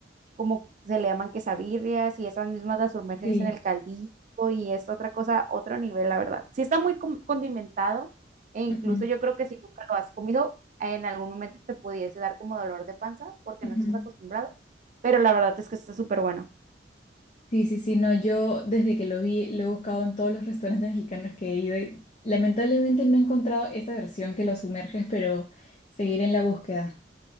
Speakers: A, on the right; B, on the left.
A: como se le llaman quesabirrias, y esas mismas las sumerges
B: sí.
A: en el caldillo y es otra cosa, otro nivel, la verdad. Sí está muy com- condimentado e incluso
B: Ujú,
A: yo creo que si nunca lo has comido, en algún momento te pudiese dar como dolor de panza porque
B: ujú.
A: no estás acostumbrado, pero la verdad es que está súper bueno.
B: Sí, sí, sí, no, yo desde que lo vi lo he buscado en todos los restaurantes mexicanos que he ido y lamentablemente no he encontrado esa versión que lo sumerges, pero seguiré en la búsqueda.